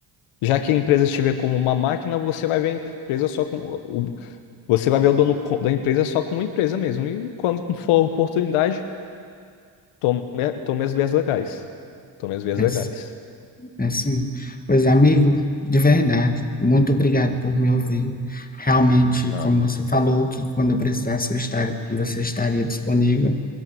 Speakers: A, on the left; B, on the left.
A: já que a empresa te vê como uma máquina, você vai ver a empresa só com. Você vai ver o dono co- da empresa só como empresa mesmo. E quando for a oportunidade, tome, tome as vias legais. Tome as vias
B: né?
A: legais.
B: Assim, pois amigo, de verdade, muito obrigado por me ouvir. Realmente,
A: Ah,
B: como você falou, que quando eu precisasse eu estar, que você estaria disponível.